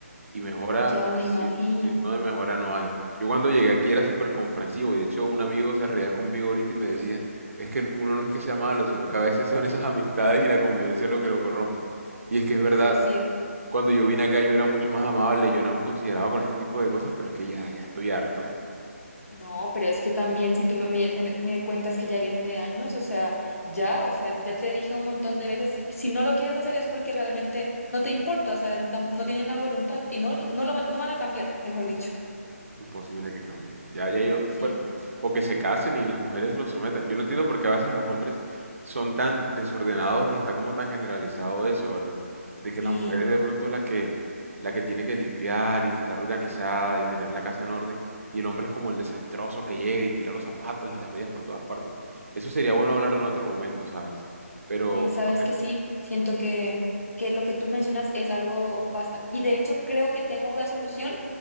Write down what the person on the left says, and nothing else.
No, ya me
imagino,
eso
es cierto.
No, pero es que también si tú me, vi- me, me cuentas que ya viene de años, o sea, ya, o sea, ya te dije un montón de veces, si, si no lo quieres hacer es porque realmente no te importa, o sea, no, tam- no tienen la voluntad y no, no lo van, no van a cambiar, mejor dicho.
Sí,
sí,
sí, sabes
que
sí, siento que, que lo que tú mencionas es algo basta y de hecho creo que tengo la solución